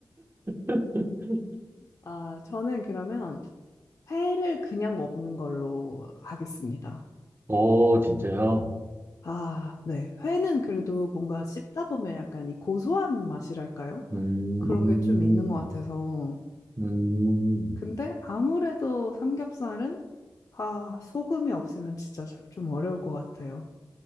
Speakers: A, on the right; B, on the left.
A: <laughs>
B: 아, 저는 그러면 회를 그냥 먹는 걸로 하겠습니다.
A: 어, 진짜요?
B: 아, 네. 회는 그래도 뭔가 씹다 보면 약간 이 고소한 맛이랄까요?
A: 음,
B: 그런 게 좀 있는 것 같아서.
A: 음,
B: 근데 아무래도 삼겹살은 아, 소금이 없으면 진짜 저- 좀 어려울 것 같아요.